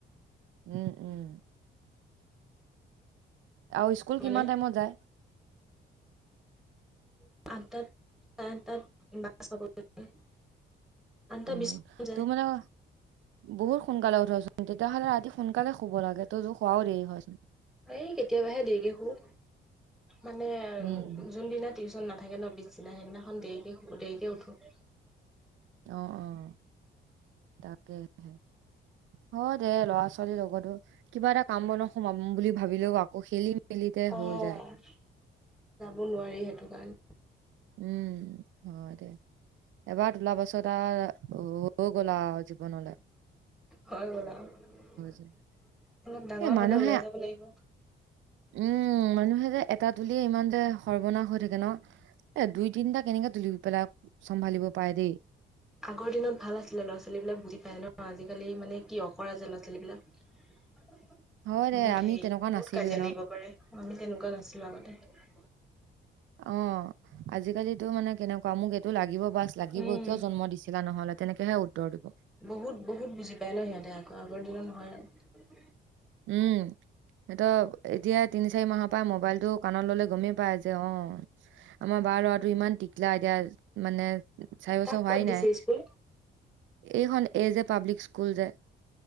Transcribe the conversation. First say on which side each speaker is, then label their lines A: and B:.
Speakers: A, on the right; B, in the centre.
A: উম, উম। আৰু স্কুল
B: মানে
A: কিমান টাইমত যায়?
B: আঠটাত চাৰে আঠটাত বাছ পাব লাগে। আঠটা
A: উম,
B: বিছ মানত যায়
A: তোৰ মানে বহুত সোনকালে উঠচোন। তেতিয়াহ'লে ৰাতি সোনকালে শুব লাগে, তইতো শুৱাও দেৰি হয়চোন।
B: এই কেতিয়াবাহে দেৰিকে শু। মানে
A: উম।
B: যোনদিনা টিচ চন নাথাকে ন, পিছদিনা সেইদিনাখন দেৰিকে শো দেৰিকে উঠো।
A: অ' অ'। তাকে হে, হয় দে ল'ৰা ছোৱালীৰ লগতো। কিবা এটা কাম বনত সোমাম বুলি ভাবিলেও আকৌ খেলি মেলিতে
B: অ',
A: হৈ যায়
B: যাব নোৱাৰি সেইটো কাৰণে।
A: উম, হয় দে। এবাৰ তোলা পাছত আৰু হ হৈ গ'ল আৰু জীৱনলে।
B: হৈ গ'ল আৰু।
A: যায়
B: অলপ ডাঙৰ
A: এ মানুহে
B: হ'লে ওলাই যাব লাগিব।
A: উম, মানুহেযে এটা তুলিয়ে ইমান যে সৰ্বনাশ হৈ থাকে ন'? এ দুই তিনটা কেনেকে তুলি পেলাই চম্ভালিব পাৰে দেই।
B: আগৰ দিনত ভাল আছিলে ল'ৰা ছোৱালী বিলাক বুজি পাই ন। আজিকালি মানে কি অকৰা যে ল'ৰা ছোৱালীবিলাক।
A: হয় দে
B: বহুত
A: আমি
B: হেৰি।
A: তেনেকুৱা
B: বহুত
A: নাছিলোয়ে
B: কাজিয়া
A: ন
B: লাগিব পাৰে। আমি তেনেকুৱা নাছিলো আগতে।
A: অ', আজিকালিতো মানে কেনেকুৱা মোক এইটো লাগিব বাচ। লাগিবই।
B: উম
A: কিয় জন্ম দিছিলা নহ'লে? তেনেকেহে উত্তৰ দিব।
B: বহুত বহুত বুজি পায় ন সিহঁতে, আ আগৰ দিনৰ নহয় আৰু।
A: উম সিহঁতক এতিয়াই তিনি-চাৰি মাহৰ পৰা মোবাইলটো কানত ল'লে গমেই পাই যে অ। আমাৰ বাৰ ল'ৰাটো ইমান টিকলা এতিয়া মানে চাৰি বছৰ
B: তাক
A: হোৱাই
B: ক'ত দিছে
A: নাই।
B: স্কুল
A: এইখন এ যে পাব্লিক স্কুল যে